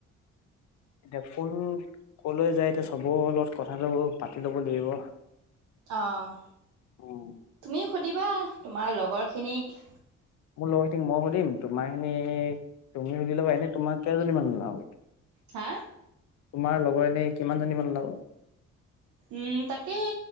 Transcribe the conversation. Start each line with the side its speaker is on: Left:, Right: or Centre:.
Left: এতিয়া কোন কলৈ যায় এতিয়া চবৰ লগত কথাটো পাতি ল'ব লাগিব।
Right: অ',
Left: উম,
Right: তুমিও সুধিবা তোমাৰ লগ লগৰখিনিক
Left: মোৰ লগ খিটিক মই সুধিম, তোমাৰ খিনি তুমি সুধি লবা এনে তোমাৰ কেইজনী মানুউলাও?
Right: হা?
Left: তোমাৰ লগৰ এনে কিমান জনী মান ওলাব?
Right: উম, তাকেই